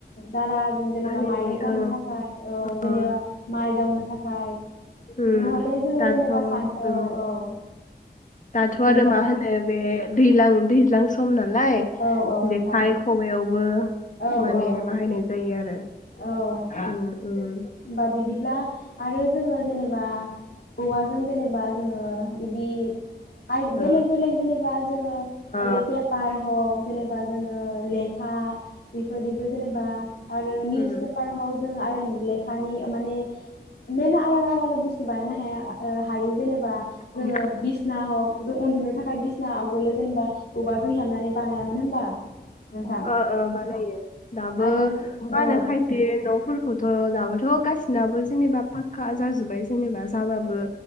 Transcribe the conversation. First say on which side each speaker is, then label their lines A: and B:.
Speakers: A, on the left; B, on the left.
A: दाला जों जेनेबा
B: बानायनाय
A: माइरं जावनो
B: ओ
A: था फाय औ जेनेबा
B: अ
A: माइ जावनो थाखाय
B: उम
A: नहले जोङो
B: दाथ'
A: जेनेबा
B: उम
A: सान औ औ
B: दाथ' आरो
A: जेनेबा
B: मा होनो बे दैज्लां दैज्लां सम ना लाय
A: औ औ
B: जेखाइ
A: नोंथां
B: खबाइयावबो
A: औ
B: माने
A: औ
B: बाहायनाय जायो आरो उम
A: औ
B: उम उम
A: बा बिदिब्ला आरो जोङो जेनेबा औवाजों जेनेबा जोङो बिदि आइ
B: उम
A: बेलेग बेलेग जेनेबा जोङो
B: ओ
A: ओरै पेपार हक जेनेबा जोङो लेखा बेफोरनिबो जेनेबा आरो निउस
B: उम
A: पेपार हक जों आरो ब्लेक थानि ओ माने मेरला आलादा आलादा बुस्थु बानायनो हाया ओ हायो जेनेबा
B: ओ
A: जोङो बिसना हक जों उन्दुनो थाखाय बिसना आवगोलो जेनेबा औवाजों हेबनानै बानायामोन होनबा नोंथां
B: ओ बानायो दाबो
A: आरो
B: मा
A: औ
B: होनो खायसे न'फोरखौथ' दाबो थ' गासिनाबो जेनेबा फाखका जाजोबबाय जेनेबा जाबाबो